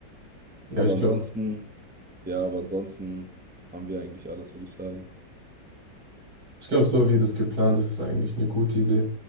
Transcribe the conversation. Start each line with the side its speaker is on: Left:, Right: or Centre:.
Right: Ja,
Centre: Aber
Right: ich glaube,
Centre: ansonsten, ja, aber ansonsten haben wir eigentlich alles, würde ich sagen.
Right: ich glaube, so wie das geplant ist, ist eigentlich eine gute Idee.